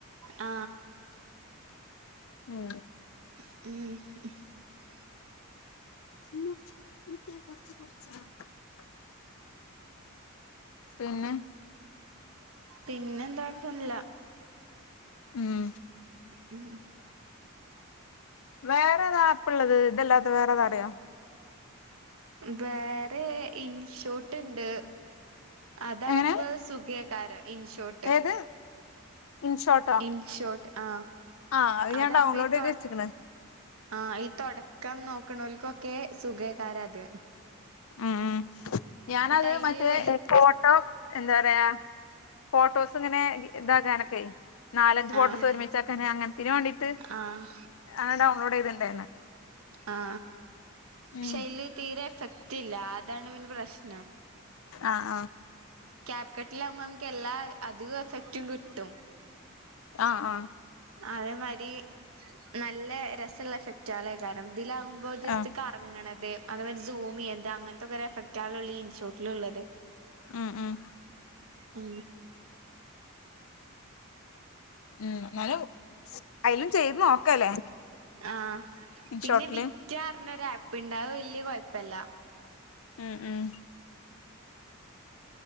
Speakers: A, on the right (about 70°); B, on the left (about 65°).
A: ആ
B: ഉം
A: ഉം.
B: <unintelligible> പിന്നെ
A: പിന്നെ എന്താ <unintelligible> അല്ല
B: ഉം
A: <unintelligible>
B: വേറെ ഏതാപ്പ്ള്ളത് ഇതെല്ലാത്ത വേറെതാറിയോ?
A: വേറെ ഇൻഷോട്ട്ണ്ട്. അതാവുമ്പോ
B: എങ്ങനെ
A: സുഖേകാര ഇൻഷോട്
B: ഏത്? ഇൻഷോട്ടോ
A: ഇൻ ഷോട്ട് ആ
B: ആഹ് അത്
A: അതാകുമ്പോ
B: ഞാൻ ഡൗൺലോഡ്
A: ഈ
B: ചെയ്ത്
A: തൊ
B: വെച്ച്ക്ക്ണ്
A: ആ ഈ തൊടക്കം നോക്ക്ണോൽക്കൊക്കെ സുഖാകാരാത്
B: ഉം. ഞാനത്
A: അയില്
B: മറ്റേ
A: വല്യ
B: ഫോട്ടോ എന്താറയാ ഫോട്ടോസ് ഇങ്ങനെ ഇതാക്കാനൊക്കെ നാലഞ്ച് ഫോട്ടോസ്
A: ആഹ്
B: ഒരുമിച്ചാക്കാനെ അങ്ങനെത്തേന് വേണ്ടിട്ട്
A: ആഹ്
B: ആഡൗൺലോഡ് ചെയ്തിണ്ടായിരുന്നു.
A: ആ
B: ഉം
A: ക്ഷെയ്ല് തീരെ എഫക്റ്റ് ഇല്ല. അതാണ് പിന്നെ പ്രശ്നം.
B: ആഹ്
A: ക ലമ്പോ നമുക്ക് എല്ലാ അധിക എഫക്റ്റും കിട്ടും.
B: ആഹ് ആഹ് ആഹ്
A: അതേമാരി നല്ല രസ ള്ളഫക്റ്റാളെകാരം ഇതിലാവുമ്പോ ജസ്റ്റ്
B: ആഹ്
A: കറങ്ങണ അതേഅതമറ്റ സൂമിയ്താ അങ്ങനത്തെക്കരെഫക്റ്റാ ഈ ഇൻസ്റ്റിറ്റ്യൂട്ടില്ള്ളത്.
B: ഉം ഉം
A: ഉം
B: ഉം എന്നാലും അയ്ലും ചെയ്ത് നോക്കല്ലേ
A: ആ
B: ഇൻഷോട്ടില്
A: പിന്നെ വിറ്ററഞ്ഞ രാപ്പ് പ്പ്ണ്ട്. അത് വല്യ കുഴപ്പമില്ല.
B: ഉം ഉം